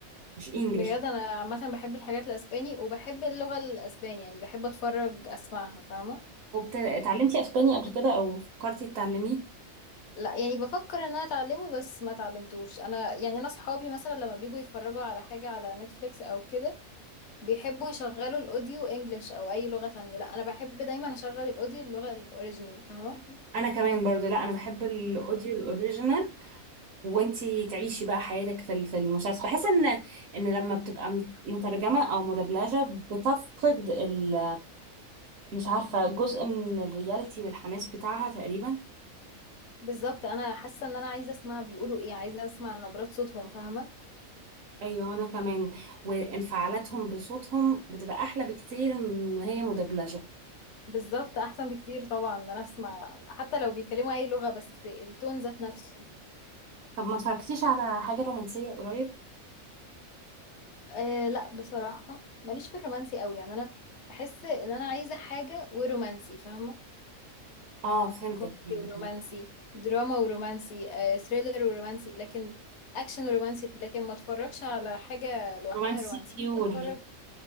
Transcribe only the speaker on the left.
بجد انا عامة بحب الحاجات الاسباني وبحب اللغة الاسباني يعني بحب اتفرج اسمعها فاهمة
لا يعني بفكر ان انا اتعلمه بس ما اتعلمتوش انا يعني انا صحابي مثلا لما بيجوا يتفرجوا على حاجة على نتفليكس او كده بيحبوا يشغلوا الاوديو انجلش او اي لغة تانية لا انا بحب دايما اشغل الاوديو اللغة الاوريجينال فاهمة
بالظبط انا حاسة ان انا عايزة اسمع بيقولوا ايه عايزة اسمع نبرات صوتهم فاهمة
بالظبط احسن بكتير طبعا ان انا اسمع حتى لو بيتكلموا اي لغة بس التون ذات نفسه
أه لا بصراحة ماليش في الرومانسي قوي يعني انا بحس ان انا عايزة حاجة ورومانسي فاهمة
كوميدي
ورومانسي دراما ورومانسي أه ثريلر ورومانسي لكن اكشن ورومانسي لكن ما اتفرجش على حاجة لوحدها
رومانسي
ممكن اتفرج